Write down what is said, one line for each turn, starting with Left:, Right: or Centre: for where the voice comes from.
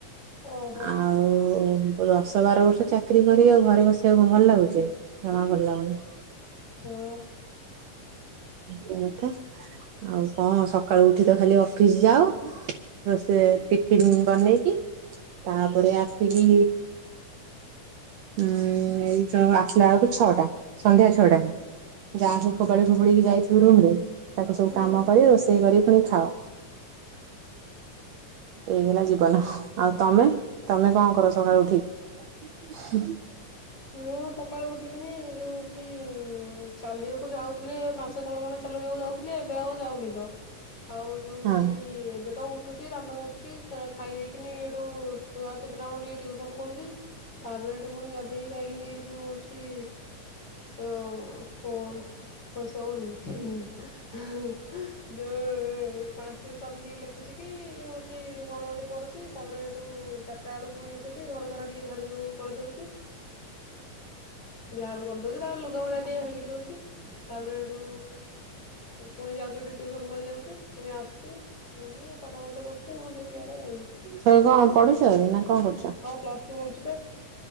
Left: ଓହୋ
Right: ଆଉ ଦଶ ବାର ବର୍ଷ ଚା କରି ଆଉ ଘରେ ବସିବାକୁ ଭଲ ଲାଗୁଛି ଜମା ଭଲ ଲାଗୁନି।
Left: ହଁ
Right: ହଁ କଥା ଆଉ କଣ ସକାଳୁ ଉଠି ତ ଖାଲି ଅଫିସ ଯାଅ ରୋଷେଇ ଟିଫିନ୍ ବନେଇକି। ତାପରେ ଆସିକି ଉଁ ଏଇ ଆସିଲା ବେଳକୁ ଛଅଟା ସନ୍ଧ୍ୟା ଛଅଟା ଯାହା ଫୋପାଡି ଫୋପାଡିକି ଯାଇଥିବୁ ରୁମରେ ତାକୁ ସବୁ
Left: ହୁଁ।
Right: କାମ କରି ରୋଷେଇ କରି ପୁଣି ଖାଅ। ଏଇ ହେଲା ଜୀବନ ଆଉ ତମେ ତମେ କଣ କର ସକାଳୁ ଉଠିକି? ହୁଁ
Left: ମୁଁ ସକାଳୁ ଉଠିକିନି ଯୋଉ ସେ ଚାଲିବାକୁ ଯାଉଥିଲେ ମାସେ ତଳ ଖଣ୍ଡେ ଚାଲିବାକୁ ଯାଉଥିଲି ଥିଲି ଏବେ ଆଉ ଯାଉନି ତ ଆଉ ଯୋଉ
Right: ହଁ
Left: ସେଇ ଏବେ ତ ଉ ଉଠୁଛି ଦାନ୍ତ ଘଷୁଛି ଖାଇ ଦେଇକିନି ଏଠୁ ଛୁଆ କେତେଟାଙ୍କୁ ଟିକେ ଟିଉସନ କରୁଛି ତାପରେ ଏଠୁ ପୁଣି ଗାଧେଇକି ଖାଇକି ଯୋଉ ହଉଛି ତ ଫୋନ୍ ସୋଉନି ଯୋଉ ଟ୍ରାନ୍ସ ଟୁସନ ଟିକେ ଲେଖୁଛି କି ଉ ହଉଛି କଣ ଗୋଟେ କରୁଛି ତାପରେ ଏଇଠୁ ଚାରିଟା ପୁଣି ଉଠୁଛି ସେ ଘରଦ୍ୱାର ଟିକେ ଝାଡ଼ୁଯୋଉ କରିଦେଉଛି। ଝାଡ଼ୁ କରିଦେଉଛି ତାପରେ ଲୁଗାପଟା ଟିକିଏ ଭାଙ୍ଗି ଦେଉଛି ତାପରେ ଏଠୁ ପୁଣି ଯାଉଛି ଗୋଟେ ଟ୍ୟୁସନ କରି ଯାଉଛି ପୁଣି ଆଶୁଛି। ମୁଁ ପାଠ ପଢିଲେ ପଡୁଛି ନହେଲେ ଇଆଡେ ଆଉ
Right: କଣ ପଢୁଛ ନା କଣ କରୁଛ?
Left: ପ୍ଲସ୍ ଟୁ କରୁଛି ବା।